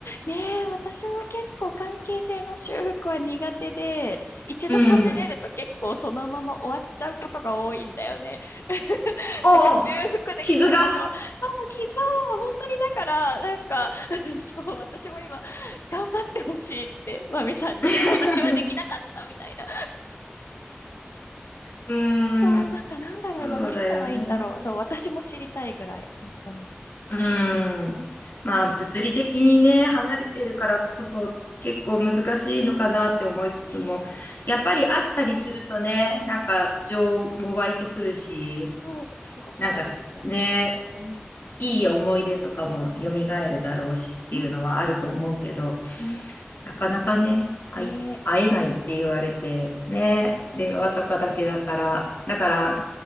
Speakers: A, on the left (about 80°); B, on the left (about 55°).
A: ねえ、私も結構関係性の修復は苦手で、一度こじれると結構そのまま終わっちゃうことが多いんだよね。
B: うん。
A: <laughs>
B: おお、
A: なんか修復できたこと、
B: 傷が。
A: そう、きそう、本当にだから、なんか、<laughs> そう、私も今、頑張ってほしいって、マミさんには、
B: <laughs>
A: 私はできなかったみたいな。
B: う
A: そう、
B: ん
A: なんかなんだろうな、
B: そうだよね。
A: どうしたらいいんだろう。そう、私も知りたいぐらい、本当に。
B: うーん。まあ、物理的にね、離れてるからこそ結構難しいのかなって思いつつも、
A: ねえ、そうだよね。
B: やっぱり会ったりするとね、なんか情も湧いてくるし、
A: そう、すごく大事だよね
B: なんかすね、
A: うん。
B: いい思い出とかも蘇るだろうしっていうのはあると思うけど、
A: うんうん、
B: なかなかね、会い、
A: ねえ、
B: 会えないって言われて、ね、令和とかだけだから、
A: うん、
B: だから